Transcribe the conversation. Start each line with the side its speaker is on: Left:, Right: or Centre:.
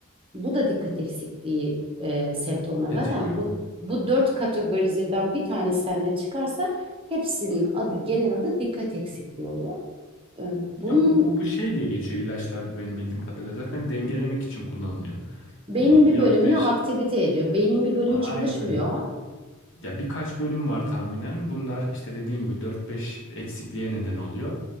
Right: Bu da dikkat eksikliği e, semptomları.
Left: Tetikliyor.
Right: Zaten bu bu dört kategorizeden bir tanesi sende çıkarsa hepsinin adı genel adı dikkat eksikliği oluyor. E, bunun
Left: Ya bu, bu, bu şey diye geçiyor ilaçlarda benim bildiğim kadarıyla. Zaten dengelemek için kullanılıyor.
Right: beynin
Left: Hani
Right: bir
Left: yaptığı
Right: bölümünü
Left: şey.
Right: aktivite ediyor. Beynin bir bölümü
Left: Aynen
Right: çalışmıyor
Left: öyle. Ya birkaç bölüm var tahminen. Bunlar işte dediğin gibi dört beş eksikliğe neden oluyor.